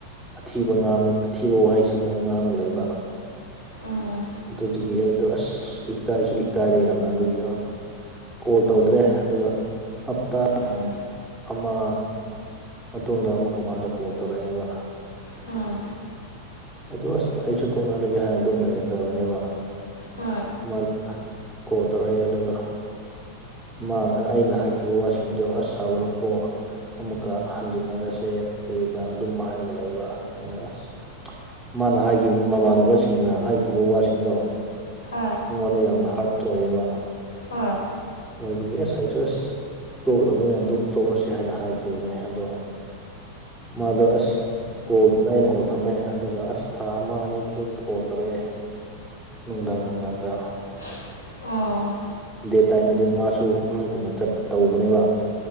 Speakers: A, in the centre; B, on the left (about 70°).
A: ꯑꯊꯤꯕ ꯉꯥꯡ ꯑꯊꯤꯕ ꯋꯥꯍꯩ ꯁꯤꯖꯤꯟꯅꯔꯒ ꯉꯥꯡꯉꯒ ꯂꯩꯕ
B: ꯎꯝ
A: ꯑꯗꯨꯗꯒꯤ ꯑꯩꯗꯣ ꯑꯁ ꯏꯀꯥꯏꯁꯨ ꯏꯀꯥꯏꯔꯦ ꯌꯥꯝꯅ ꯑꯗꯨꯒꯤ ꯀꯣꯜ ꯇꯧꯗ꯭ꯔꯦ ꯑꯗꯨꯒ ꯍꯞꯇꯥ
B: ꯎꯝ
A: ꯑꯃ ꯃꯇꯨꯡꯗ ꯑꯃꯨꯛꯀ ꯃꯥꯗꯣ ꯀꯣꯜ ꯇꯧꯔꯛꯑꯦꯕ
B: ꯎꯝ
A: ꯑꯗ ꯑꯁ ꯑꯩꯁꯨ ꯇꯣꯛꯅꯔꯒꯦ ꯍꯥꯏꯅ ꯑꯗꯨꯝ ꯂꯩꯔꯈ꯭ꯔꯕꯅꯦꯕ
B: ꯍꯣꯏ
A: ꯃꯥ ꯀꯣꯜ ꯇꯧꯔꯛꯑꯦ ꯑꯗꯨꯒ ꯃꯥꯅ ꯑꯩꯅ ꯍꯥꯏꯈꯤꯕ ꯋꯥꯁꯤꯡꯗꯣ ꯑꯁ ꯁꯥꯎꯒꯅꯨꯀꯣ ꯑꯃꯨꯛꯀ ꯍꯟꯖꯤꯟꯅꯔꯁꯦ ꯀꯔꯤ ꯀꯔꯥꯅ ꯑꯗꯨꯝ ꯍꯥꯏꯔꯒ ꯂꯩꯕ ꯑꯩꯅ ꯑꯁ ꯃꯥꯅ ꯍꯥꯏꯈꯤꯕ ꯃꯃꯥꯟꯅꯕꯁꯤꯡꯅ ꯍꯥꯏꯈꯤꯕ ꯋꯥꯁꯤꯡꯗꯣ
B: ꯍꯣꯏ
A: ꯑꯩꯉꯣꯟꯗ ꯌꯥꯝꯅ ꯍꯥꯔꯗ ꯑꯣꯏꯌꯦꯕ
B: ꯍꯣꯏ
A: ꯑꯣꯏꯕꯒꯤ ꯑꯁ ꯑꯩꯗ ꯑꯁ ꯇꯣꯛꯂꯕꯅꯤꯅ ꯑꯗꯨꯝ ꯇꯣꯛꯂꯁꯦ ꯍꯥꯏꯅ ꯍꯥꯏꯈꯤꯕꯅꯦ ꯑꯗꯣ ꯃꯥꯗꯣ ꯑꯁ ꯀꯣꯜ ꯑꯩꯅ ꯀꯣꯜ ꯊꯝꯃꯦ ꯑꯗꯨꯒ ꯑꯁ ꯊꯥ ꯑꯃ ꯑꯅꯤꯗ ꯑꯗꯨꯝ ꯀꯣꯜ ꯇꯧꯔꯛꯑꯦ ꯅꯨꯡꯗꯥꯡ ꯅꯨꯡꯗꯥꯡꯗ
B: <unintelligible> ꯑꯣ
A: ꯗꯦ ꯇꯥꯏꯝꯗꯗꯤ ꯃꯥꯁꯨ ꯅꯣꯏꯒꯨꯝꯕ ꯊꯠ ꯇꯧꯕꯅꯦꯕ